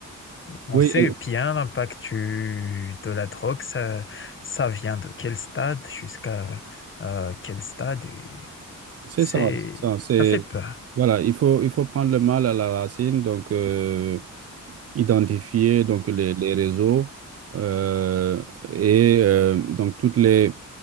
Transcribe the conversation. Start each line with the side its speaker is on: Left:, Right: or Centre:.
Left: On
Right: Oui,
Left: sait bien l'impact du- de la drogue, ça, ça vient de quel stade jusqu'à euh, quel stade et
Right: c'est
Left: C'est,
Right: ça, c'est ça. C'est,
Left: ça fait peur,
Right: voilà, il faut, il faut prendre le mal à la racine. Donc, euh, identifier donc les, les réseaux euh, et euh, donc toutes les